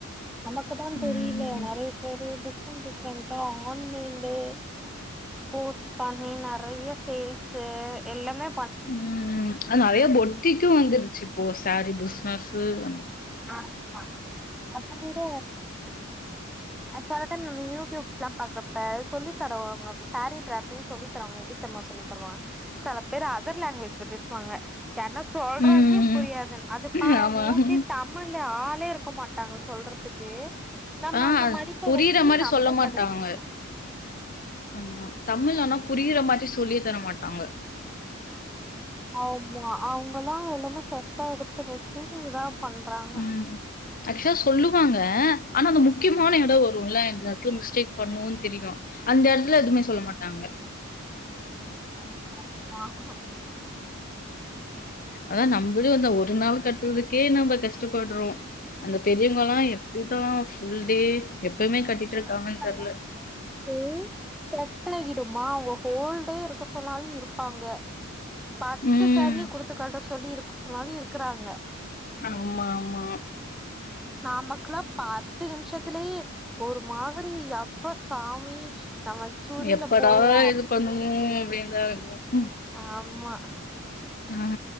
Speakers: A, in the centre; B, on the left (about 45°).
A: நமக்கு தான் தெரியில
B: ம்.
A: நறைய பேரு டிஃப்ரெண்ட் டிஃப்ரெண்டா ஆன்லைன்லயை போஸ்ட் பண்ணி நறைய சேல்ஸ்ஸு எல்லமே
B: உம் அது நறைய பொட்டிக்கும் வந்துருச்சு போ சாரி பிசினஸ்ஸு வந்து
A: ஆம்மா அத விட செல டைம் நம்ம யூட்யூப்ஸ் லா பாக்குறப்ப சொல்லி தருவாங்க சாரி டிராப்பிங் சொல்லி தரவாங்க எப்படித் தெர்மா சொல்லி தருவா சில பேர் அதர் லாங்குவேஜ்ல பேசுவாங்க என்ன சொல்றாங்கனே
B: ம்.
A: புரியாதுன் அது பாறே
B: ஆமா.
A: மோஸ்ட்லி நம்மல்ல ஆளே இருக்க மாட்டாங்க சொல்றதுக்கு நம்ம
B: ஆ
A: அந்த மடிப்ப
B: புரியற
A: வச்சு
B: மாரி
A: நம்மளே
B: சொல்ல மாட்டாங்க
A: கண்டுபிடிச்சுக்கணு
B: ஆமா தமிழ் ஆனா புரியிற மாரி சொல்லியே தரமாட்டாங்க
A: ஆமா அவுங்கலா எல்லாமே செட்டா எடுத்து வச்சு இதா பண்றாங்க
B: ம் ஆக்சுவா சொல்லுவாங்க ஆனா அந்த முக்யமான எட வரு வருல்ல அந்த எடத்துல மிஸ்டேக் பண்ணுவோன் தெரியு அந்த எடத் துல எதுமே சொல்ல மாட்டாங்க
A: நனா தரப்புதாகுது
B: அ நம்பளு அந்த ஒரு நாள் கட்னதுக்கே நம்ம கஷ் டப்படுறோ அந்த பெரியவங்கலா எப்டித்தா ஃபுல் டே எப்பயுமே கட்டிட்டு
A: அ
B: இருக்காங்கன்னு
A: சில
B: தெரியல.
A: பேருக்கு செட் ஆகிடுமா அவுங்க ஹோல் டே இருக்க சொன்னாலு இருப்பாங்க பட்டு
B: ம்.
A: சாரியே குடுத்து கட்ட சொ சொல்லி இருக்க சொன்னாலு இருக்கறாங்க
B: ஆம்மா ஆமா
A: நமக்லா பத்து நிமிஷத்துலயே ஒரு மாதுரி யாப் ப்ப சாமி நம்ம சுடில
B: எப்படா
A: போடுவோ
B: இது பண்ணுவு அப்டின்தா இருக்கு ம்
A: ஆம்மா
B: அ